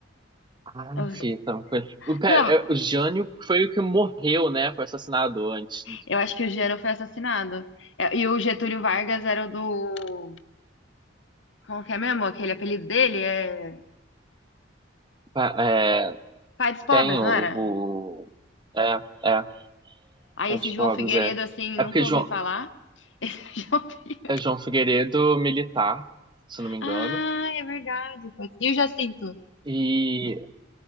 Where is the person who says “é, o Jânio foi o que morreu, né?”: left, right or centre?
Right